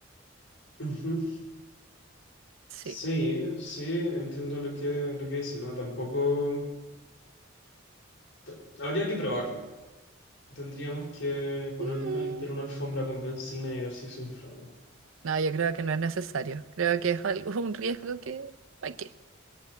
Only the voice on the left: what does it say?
Ujú.
Sí, sí, entiendo lo que, lo que dices, ¿no? Tampoco... t- Habría que probarlo. Tendríamos que ponernos
a limpiar una alfombra con benzina y ver si se inflama.